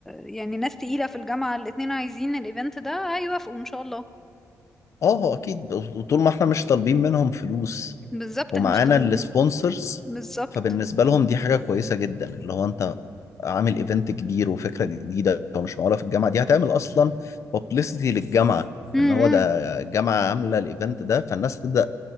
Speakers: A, in the centre; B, on the left (about 55°).
A: يعني ناس تقيلة في الجامعة الاتنين عايزين الايفنت ده هيوافقوا ان شاء الله
B: اه هو أكيد وطول ما احنا مش طالبين منهم فلوس
A: بالظبط
B: ومعانا
A: احنا مش طن...
B: السبونسرز
A: بالظبط
B: فبالنسبة لهم دي حاجة كويسة جدا اللي هو أنت عامل ايفنت كبير وفكرة جديدة ومش معقولة في الجامعة دي هتعمل أصلا بابليستي للجامعة
A: امم
B: إن هو ده جامعة عاملة الايفنت ده فالناس تبدأ